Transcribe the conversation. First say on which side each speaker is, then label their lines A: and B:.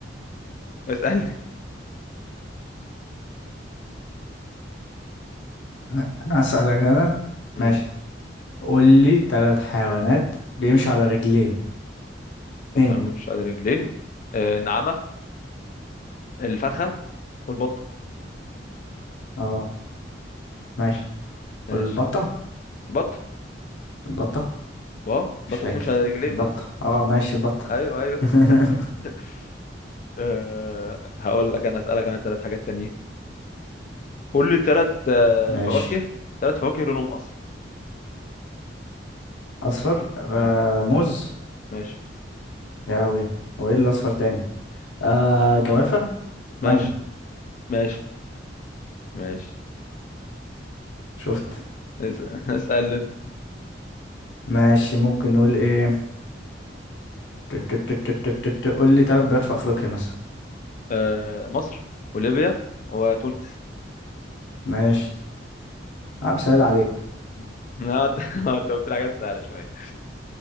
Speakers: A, on the left; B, on the left.
A: اسألني
B: انا هسألك انا
A: امم
B: ماشي قول لي ثلاث حيوانات بيمشي على رجلين اتنين
A: بتحب مش على رجلين آه النعامة الفرخة والبطة
B: اه ماشي
A: ماشي
B: والبطة
A: البطة
B: البطة
A: واو
B: مش
A: البطة
B: فاكر
A: بتمشي على رجلين
B: البطة
A: بس
B: اه ماشي البطة
A: ايوه ايوه
B: <laughs>
A: <laughs> أه هقول لك انا اسالك انا ثلاث حاجات تانيين قول لي ثلاث أه
B: ماشي
A: فواكه ثلاث فواكه لونهم اصفر
B: اصفر آه
A: مم.
B: موز
A: ماشي
B: يا لهوي هو ايه اللي اصفر تاني آه جوافة مانجا
A: ماشي ماشي ماشي
B: شفت
A: اس- <laughs> اسال انت
B: <laughs> ماشي ممكن نقول ايه تت- تت- تت- تت- تت- قول لي تلات بلاد في افريقيا مثلا
A: أه مصر وليبيا وتونس
B: ماشي انا بسهل عليك
A: <laughs> مم. لا انت <laughs> أنت قلت لي حاجات سهله شويه